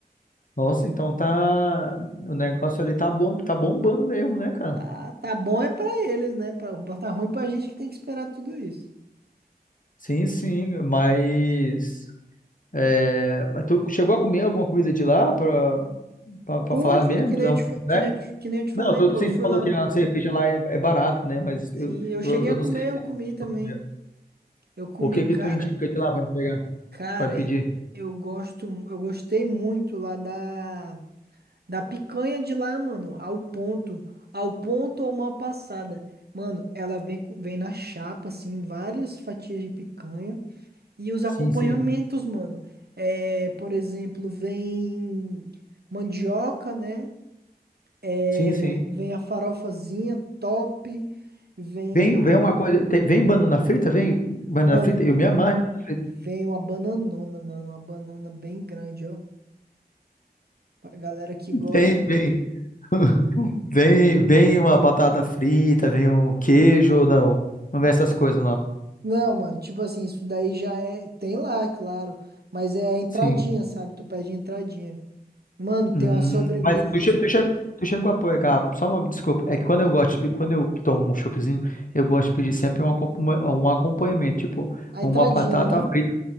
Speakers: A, on the left; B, on the right.
A: Nossa, então tá. O negócio ali tá bom, tá bombando mesmo, né, cara?
B: Tá, tá bom é pra eles, né? Pra, tá ruim pra gente que tem que esperar tudo isso.
A: Sim, sim, mas. é, mas tu chegou a comer alguma comida de lá pra, pra, pra
B: Fui,
A: falar
B: fui,
A: mesmo,
B: que
A: dar
B: nem eu
A: um
B: te,
A: feedback?
B: fa- que nem eu te- que nem eu te falei,
A: Não, tu,
B: pô,
A: sim,
B: eu fui
A: tu falou
B: lá.
A: que a cerveja lá é, é barata, né? Mas
B: Sim,
A: eu,
B: eu cheguei
A: eu, eu
B: a comer,
A: não sei se
B: eu comi
A: tu chegou
B: também.
A: a comer.
B: Eu comi,
A: O que
B: cara,
A: que tu indica de lá pra me pegar,
B: cara,
A: pra me pedir?
B: eu gosto, eu gostei muito lá da Da picanha de lá, mano, ao ponto. Ao ponto ou mal passada. Mano, ela vem, com- vem na chapa, assim, várias fatias de picanha. E os acompanhamentos,
A: Sim, sim.
B: mano. É, por exemplo, vem mandioca, né? É,
A: Sim, sim.
B: vem a farofazinha top. Vem.
A: Vem, vem uma coisa. tem- vem banana frita? Vem banana
B: Mano,
A: frita? Eu me amarro em banana frita.
B: vem uma bananona, mano. Uma banana bem grande, ó. Pra galera que gosta.
A: Vem, vem. <laughs> Vem, vem uma batata frita, vem um queijo ou não. Não vem essas coisas, não.
B: Não, mano, tipo assim, isso daí já é. Tem lá, é claro. Mas é a entradinha,
A: Sim.
B: sabe? Tu pede entradinha. Mano, tem
A: Hum,
B: uma sobremesa.
A: mas tu, che- tu, chegou, tu chegou a pegar, só uma desculpa, é que quando
B: Ah,
A: eu gosto, de- quando eu tomo um choppzinho, eu gosto de pedir sempre um, acompanha- um acompanhamento, tipo
B: a
A: uma
B: entradinha,
A: batata
B: né?
A: frita.